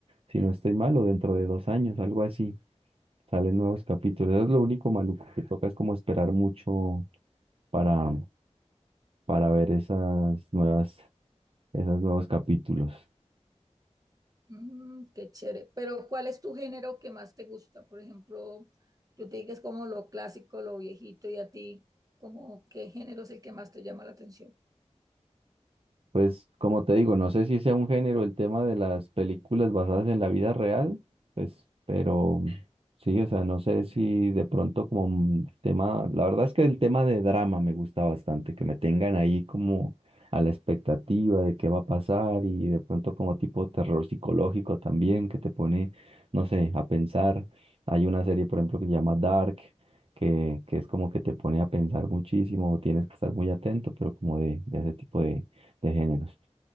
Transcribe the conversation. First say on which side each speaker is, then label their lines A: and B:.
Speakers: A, on the right; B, on the right.
A: si no estoy mal, o dentro de dos años, algo así, salen nuevos capítulos. Eso es lo único maluco que toca, es como esperar mucho para, para ver esas nuevas, esos nuevos capítulos.
B: Mm, qué chévere. Pero, ¿cuál es tu género que más te gusta? Por ejemplo, yo te dije que es como lo clásico, lo viejito, y a ti, como qué género es el que más te llama la atención?
A: Pues como te digo, no sé si sea un género el tema de las películas basadas en la vida real, pues, pero sí, o sea, no sé si de pronto como un tema, la verdad es que el tema de drama me gusta bastante, que me tengan ahí como a la expectativa de qué va a pasar y de pronto como tipo terror psicológico también, que te pone, no sé, a pensar. Hay una serie, por ejemplo, que se llama Dark, que, que es como que te pone a pensar muchísimo, tienes que estar muy atento, pero como de, de ese tipo de de géneros.